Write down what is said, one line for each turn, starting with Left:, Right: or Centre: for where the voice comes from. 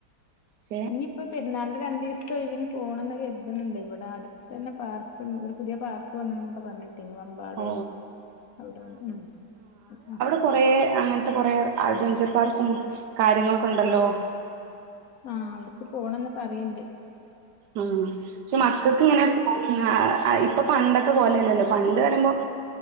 Right: പക്ഷെ
Left: ഇഞ്ഞ്പ്പം പെരുന്നാളിൻ്റെ രണ്ടീസം സൊയ്വ്ന് പോണംന്നൊക്കെ കര്ത്ണ് ണ്ട്. ഇവടെ അടുത്തന്നെ പാർക്ക്ണ്ട് ഒരു പുതിയ പാർക്ക് വന്ന്ണ്ന്നൊക്കെ പറഞ്ഞേട്ടീനി. വ മ്പാടോ
Right: ഓ
Left: അവുടോന്ന് ഉം അഹ്
Right: പ്പം കൊറേ അങ്ങൻത്തെ കൊറേ അഡ്വെഞ്ചർ പാർക്കും കാര്യങ്ങളൊക്കെ ണ്ടല്ലോ.
Left: ആഹ് അവുട്ക്ക് പോണംന്ന് പറയ്ണ്ട്.
Right: ഊം. പക്ഷെ മക്കക്ക് ഇങ്ങനെ ഹാ ഇപ്പം പണ്ടത്തെ പോലെല്ലല്ലോ പണ്ട് പറിമ്പം